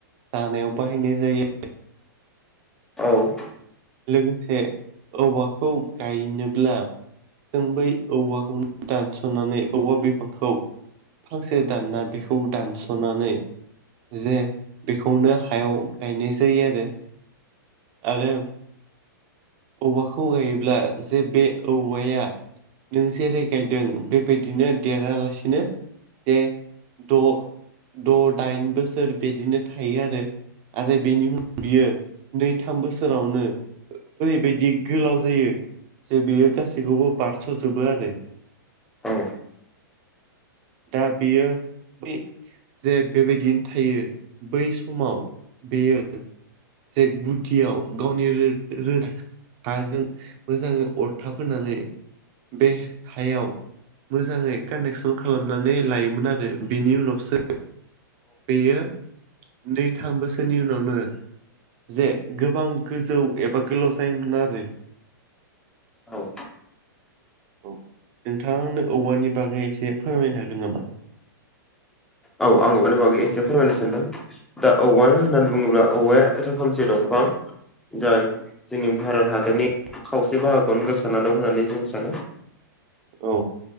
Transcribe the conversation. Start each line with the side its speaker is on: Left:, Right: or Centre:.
Right: जानायाव बाहायनाय जायो।
Centre: औ
Right: लोगोसे औवाखौ गायनोब्ला जों बै औवाखौनो दानस'नानै औवा बिफांखौ फांसे दानना बेखौ दानस'नानै जे बेखौनो हायाव गायनाय जायो आरो। आरो औवाखौ गायोब्ला जे बे औवाया नों ज रायगायदों बेबायदिनो देरालासिनो बे द' द' दाइन बोसोर बिदिनो थायो आरो आरो बेनि उनाव बियो नै थाम बोसोरावनो ओरैबायदि गोलाव जायो जे बेयो गासैखौबो बारस'जोबो आरो।
Centre: औ
Right: दा बेयो बै जे बेबायदियनो थायो बै समाव बेयो जेक गुटियाव गावनि रो हाजों मोजाङै अरथाब होनानै बे हायाव मोजाङै कानेक्सन खालामनानै लायोमोन आरो। बिनि उनावसो बेयो नै थाम बोसोरनि उनावनो जे गोबां गोजौ एबा गोलाव जायोमोन आरो
Centre: औ
Right: औ नोंथांङा आंनो औवानि बागै एसे फोरमायनो हागोन नामा?
Centre: औ आं औवानि बागै एसे फोरमायनो सानदों दा औवाया होननानै बुङोब्ला औवाया रोखोमसे दंफां जाय जोंनि भारत हादोरनि खावसे बाहागोआवनो गोसाना दं होननानै जों सानो
Right: औ